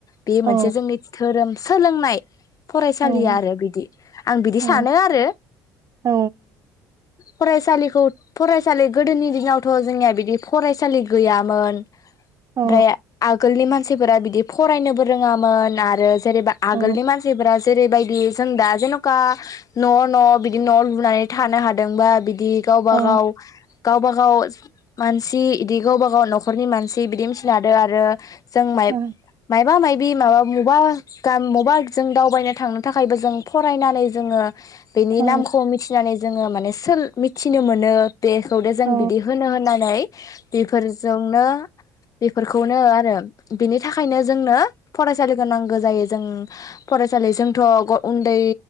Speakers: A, on the left (about 40°); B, on the right (about 35°).
A: बे
B: औ
A: मोनसे जोंनि धोरोम सोलोंनाय फरायसालिया
B: औ
A: आरो बिदि आं बिदि
B: औ
A: सानो आरो
B: औ
A: फरायसालिखौ फरायसालि गोदोनि दिनावथ जोंनिया बिदि फरायसालि गैयामोन
B: औ
A: ओमफ्राय आगोलनि मानसिफोरा बिदि फरायनोबो रोङामोन आरो जेरैबा आगोलनि
B: औ
A: मानसिफोरा जेरैबायदि जों दा जेनका न न‌ बिदि न लुनानै थानो हादोंबा बिदि बेयो‌ गावब
B: औ
A: गाव गावबा गाव सि बिदि गावबा गाव नखरनि मानसि बिदि मिथिना हादों आरो जों माइब
B: औ
A: मायबा माइ बे माबा मबा ग मबा जों दावबायनो थांनो थाखायबो जों फरायनानै जोङो बेनि
B: औ
A: नामखौ मिथिनानै जोङो माने सोल मिथिनो मोनो बेखौदे जों
B: औ
A: बिदि होनो होननानै बेफोरजोंनो बेफोरखौनो आथ होनो बिनि थाखायनो जोंनो फरायसालिखौ नांगौ जायो जों फरायसालि जोंथ उन्दै